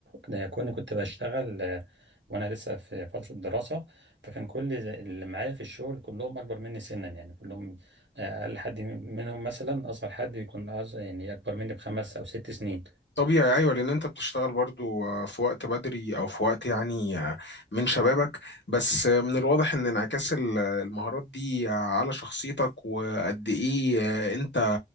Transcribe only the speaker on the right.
أنا- كوني كنت بشتغل آه، وانا لسه في فتره الدراسه فكان كل ز- اللي معايا في الشغل كلهم اكبر مني سنا يعني كلهم آه، اقل حد منهم مثلا اصغر حد يكون أصغر يعني اكبر مني بخمس او ست سنين